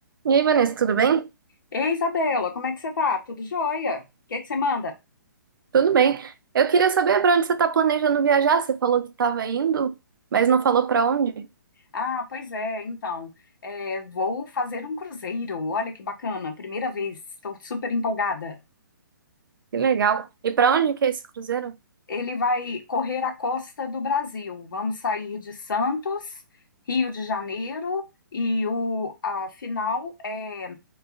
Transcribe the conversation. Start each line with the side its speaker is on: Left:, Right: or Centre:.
Right: E aí, Vanessa, tudo bem?
Left: Ei, Isabela, como é que você tá? Tudo jóia? O que é que você manda?
Right: Tudo bem. Eu queria saber para onde você está planejando viajar. Você falou que estava indo, mas não falou para onde.
Left: Ah, pois é, então, é, vou fazer um cruzeiro. Olha que bacana, primeira vez, estou super empolgada.
Right: Que legal. E para onde que é esse cruzeiro?
Left: Ele vai correr a costa do Brasil. Vamos sair de Santos, Rio de Janeiro, e o, a final é,